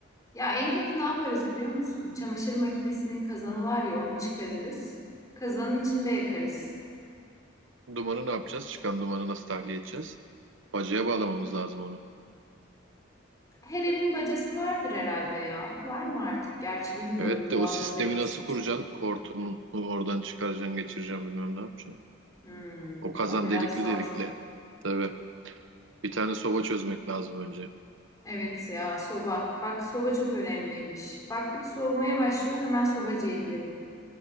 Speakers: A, on the left; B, on the right.
A: Ya en kötü ne yaparız biliyor musun? Çamaşır makinesinin kazanı var ya onu çıkarırız. Kazanın içinde yakarız.
B: Dumanı ne yapacağız? Çıkan dumanı nasıl tahliye edeceğiz? Bacaya bağlamamız lazım onu.
A: Her evin bacası vardır herhalde ya. Var mı artık? Gerçi bilmiyorum
B: Evet
A: doğalgaza
B: de o sistemi
A: geçince.
B: nasıl kuracaksın? Hortumu oradan çıkaracaksın, geçireceksin bilmem ne yapacaksın.
A: Hmm,
B: O kazan
A: o biraz
B: delikli
A: zor.
B: delikli. Tabii. Bir tane soba çözmek lazım önce.
A: Evet ya soba. Bak soba çok önemliymiş. Baktık soğumaya başlıyor hemen sobacıya gidelim.